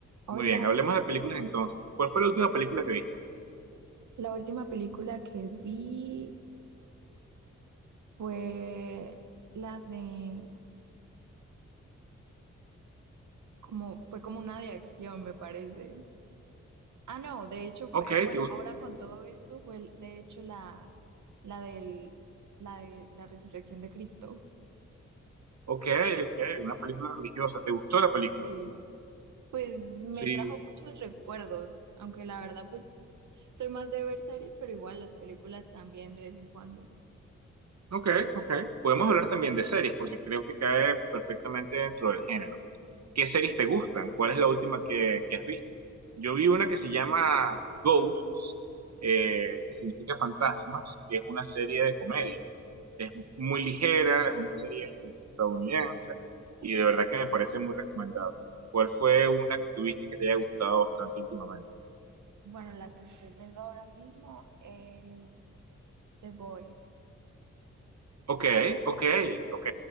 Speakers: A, on the right (about 80°); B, on the right (about 60°).
A: Hola,
B: Muy bien, hablemos de películas entonces. ¿Cuál fue la última película que viste?
A: la última película que vi fue la de como fue como una de acción, me parece. Ah, no, de hecho fue,
B: Ok,
A: bueno,
B: te gustó.
A: ahora con todo esto fue el- de hecho la la del la de la resurrección de Cristo.
B: Ok, ok, una película religiosa. ¿Te gustó la película?
A: Sí, pues me
B: Sí.
A: trajo muchos recuerdos, aunque la verdad pues soy más de ver series, pero igual las películas también de vez en cuando.
B: Ok, ok. Podemos hablar también de series, porque creo que cae perfectamente dentro del género. ¿Qué series te gustan? ¿Cuál es la última que, que has visto? Yo vi una que se llama Ghosts, eh, que significa fantasmas, que es una serie de comedia. Es muy ligera, es una serie estadounidense y de verdad que me parece muy recomendable. ¿Cuál fue una que tuviste que te haya gustado bastante últimamente?
A: Bueno, la que estoy viendo ahora mismo es The Boys.
B: Ok, ok, ok.